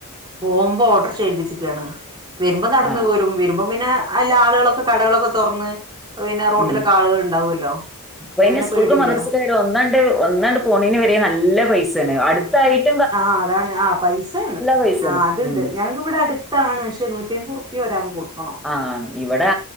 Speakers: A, on the right; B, in the centre.
A: പോവുമ്പോ ഓട്ടോറിക്ഷ ഏൽപ്പിച്ചക്കയാണ് വരുമ്പോം നടന്ന്
B: ആ
A: വരും വരുമ്പോം പിന്നെ അല്ല ആളുകളൊക്കെ കടകളൊക്കെ തുറന്ന് പിന്നെ റോട്ടിലൊക്കെ
B: ഉ
A: ആളുകൾ ഉണ്ടാവുമല്ലോ
B: ഇപ്പ
A: അപ്പൊ
B: ഇെ
A: പിന്നെ
B: സ്കൂൾക്ക്
A: പേടില്ല
B: മദർസിക്കാര് ഒന്നാണ്ട് ഒന്നാണ്ട് പോണേന് വരെ നല്ല പൈസയാണ് അടുത്തായി -
A: ആ അതാണ് ആ പൈസയാണ്
B: പൈസയാണ്
A: ആ അത്ണ്ട്
B: ഉം
A: ഞങ്ങക്ക് ഇവിടെ അടുത്താണ് പക്ഷെ നൂറ്റിമ്പത് റു പ്യ ഒരാൾക്ക് കൊടുക്കണം
B: ആ ഇവിടെ